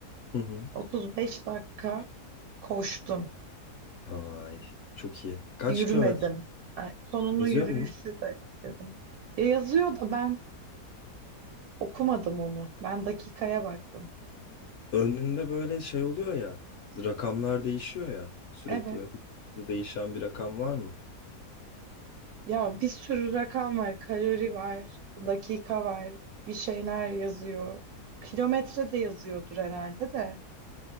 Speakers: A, on the left; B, on the right.
A: Hı hı.
B: 35 dakika koştum.
A: Vay, çok iyi. Kaç
B: Yürümedim.
A: kilometre
B: Yani sonunu
A: yazıyor
B: yürüyüşü
A: mu?
B: de ekledim. Ya yazıyor da ben okumadım onu. Ben dakikaya baktım.
A: Önünde böyle şey oluyor ya. Rakamlar değişiyor ya. Sürekli
B: Evet.
A: böyle hızlı değişen bir rakam var mı?
B: Ya bir sürü rakam var, kalori var, dakika var, bir şeyler yazıyor. Kilometre de yazıyordur herhalde de.